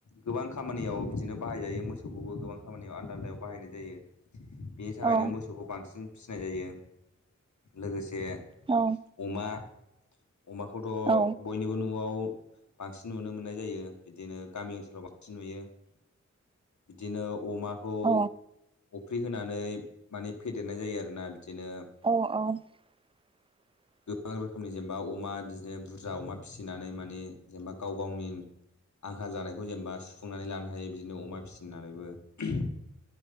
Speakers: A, on the left (about 75°); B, on the right (about 20°).
A: गोबां खामानियाव बिदिनो बाहायजायो मोसौखौबो गोबां खामानियाव आलदा आलदायाव बाहायनाय जायो। बे थाखायनो
B: औ
A: मोसौखौ बांसिन फिसिनाय जायो लोगो से
B: औ
A: अमा अमाखौथ'
B: औ
A: बयनिबो न'आव बांसिन नुनो मोननाय जायो। बिदिनो गामि ओनसोलाव बांसिन नुयो बिदिनो अमाखौ
B: औ
A: अ फ्रि होनानै माने फेदेरनाय जायो आरोना बिदिनो
B: अ अ <inaudible>
A: गोबां रोखोमनि जेनेबा अमा बिदिनो बुरजा अमा फिसिनानै मानि जेनेबा गाव गावनि आंखाल जानायखौ जेनेबा सुफुंनानै लानो हायो बिदिनो अमा फि सिनानैबो उह